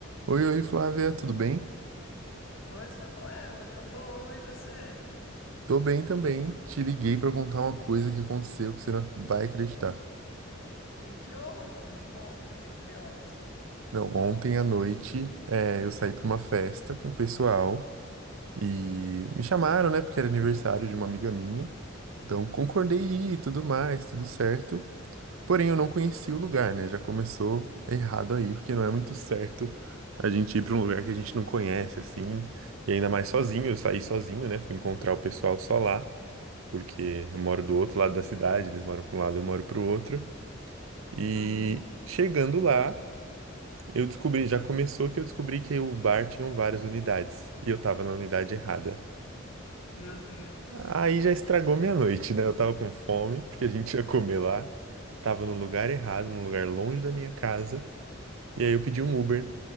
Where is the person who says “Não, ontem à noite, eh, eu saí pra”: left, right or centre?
Right